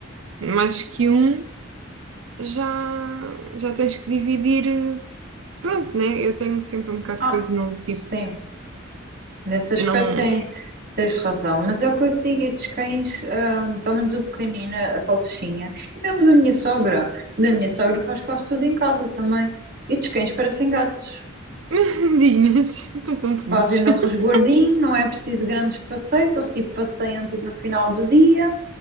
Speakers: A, on the right; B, on the right.
A: mais que um, já, já tens que dividir. eh, Pronto, né? Eu tenho sempre um bocado
B: Ah,
A: de coisa de não, tipo,
B: sim, nesse aspecto
A: não...
B: tem, tens razão. Mas é o que eu te digo, estes cães, ah, pelo menos o pequenino, a salsichinha, e mesmo da minha sogra. O da minha sogra faz quase tudo em casa também. E estes cães parecem gatos.
A: <laughs> Dinhas, estão confusos.
B: Fazem no
A: <laughs>
B: resguardinho, não é preciso grandes passeios, eles tipo passeiam tipo no final do dia.